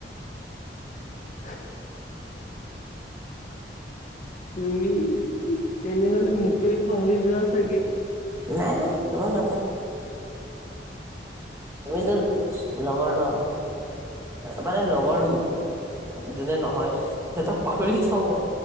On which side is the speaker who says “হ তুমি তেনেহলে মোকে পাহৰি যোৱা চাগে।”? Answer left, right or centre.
Left